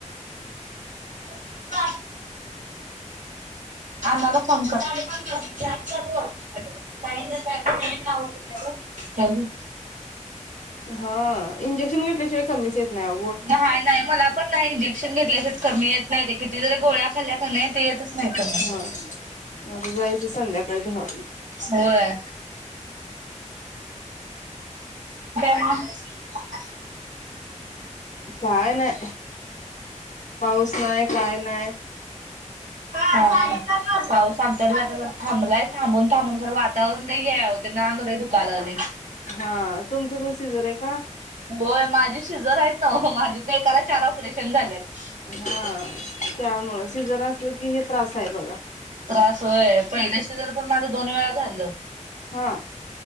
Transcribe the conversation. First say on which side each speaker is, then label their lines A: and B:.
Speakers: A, on the right (about 80°); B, on the left (about 80°).
A: <inaudible> आण्णाला फोन कर. साडे पाच वाज <unintelligible> <unintelligible> हॅलो.
B: हा इंजेक्शन घेतल्याशिवाय कमीच येत नाही आव.
A: नाही नाही मला पण नाही इंजेक्शन घेतल्या शिवाय कमी येत नाही ते किती जरी गोळ्या खाल्ल्या कने ते येतच. नाही कमी.
B: हा म आता जायचं संध्याकाळी दहा.
A: होय. <inaudible>
B: काय नाय पाऊस नाय काय नाय.
A: <unintelligible> काय पाऊस <unintelligible> आता थांबलाय थांबून थांबून जरा वातावरण लय हे हाय वो तेन आंग लय दुका लागलय.
B: हा तुमचं पण सिजर आहे का?
A: होय माझी शिजर आहेत नव माझी तर एकाला चार ऑपरेशन झाल्यात
B: हा त्यामुळे शिजर असल की हे त्रास आहे बघा
A: त्रास होय पहिल शीजर पण माझं दोन वेळा झालं
B: हा